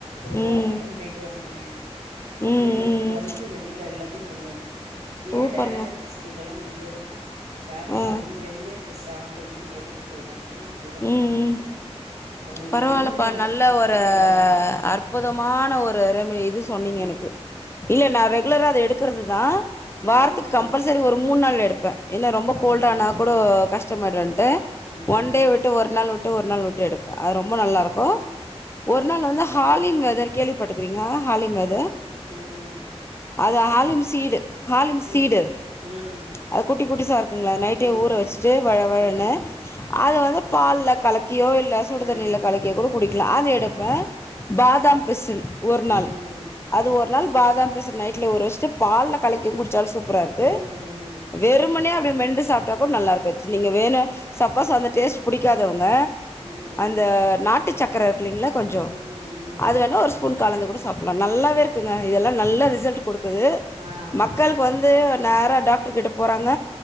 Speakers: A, on the right; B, on the left.
A: ஒரு
B: ம்
A: வாக்கிங் போயிட்டு வாங்களே அப்டியே
B: ம் ம்
A: எல்லாத்தையு வழுச்சு வெளில எல்லாத்தையு கொண்டு வந்துரு
B: சூப்பருங்க
A: ஏ டயாலஜிஸ் ஜிக்கெல்லா வந்து டாக்டர்
B: ஆ
A: வந்து வெந்தயத்த சாப்டுங்கன்னு எதுக்கு சொல்றாங்கன்னா அதுதா
B: ம்
A: அவங்களுக்கு
B: பரவால்லப்பா
A: என்ன ஒரு
B: நல்ல
A: சர்க்கரையில
B: ஒரு அற்புதமான ஒரு ரெமி இது சொன்னீங்க
A: ஆமா
B: எனக்கு இல்ல நா ரெகுலரா அத எடுக்குறது தான்
A: ம்
B: வாரத்துக்கு கம்பல்சரி ஒரு மூணு நாள் எடுப்பே இல்ல ரொம்ப கோல்டானா
A: ம்
B: கூட கஷ்டமாயிடுன்டு
A: ம்
B: ஒன் டே விட்டு ஒரு நாள் விட்டு ஒரு நாள் விட்டு எடு அது ரொம்ப நல்லாருக்கு
A: ம்
B: ஒரு நாள் வந்து ஹாலிம் வெத கேள்வி பட்டுருகீங்களா ஹாலிம் வெத
A: ம்
B: அது ஹாலிம்
A: ஏ
B: சீடு ஹாலிம் சீடு
A: எது ம்
B: அது குட்டி குட்டிஸா இருக்குங்கள நைட்டே
A: ம்
B: ஊற வச்சுட்டு வழ வழன்னு
A: ம்
B: அத வந்து பால்ல கலக்கியோ இல்ல சுடுதண்ணில
A: ஆமா
B: கலக்கியோ
A: ஆமா
B: கூட குடிக்கலா அத எடுப்பே பாதாம் பிசின் ஒரு நாள்
A: ம்
B: அது ஒரு நாள் பாதாம் பிசின் நைட்ல ஊற வச்சுட்டு பால்ல கலக்கி குடிச்சாலு சூப்பராருக்கு
A: ம்
B: வெறும்மனே அப்டியே மெண்டு சாப்பிட்டா கூட நல்லாருக்கு அச் நீங்க வேண சப்போஸ் அந்த டேஸ்ட் பிடிக்காதவங்க
A: ம்
B: ந்த நாட்டு சக்கர இருக்குலீங்களா கொஞ்சோ
A: ம் ம்
B: அது வேணா ஒரு ஸ்பூ ஃபூன் கலந்து கூட சாப்பிடலா நல்லாவே இருக்குங்க இதெல்லா நல்லா ரிசல்ட் குடுக்குது
A: ஆமா
B: மக்களுக்கு
A: ஆமா
B: வந்து நேரா டாக்டர் கிட்ட போறாங்க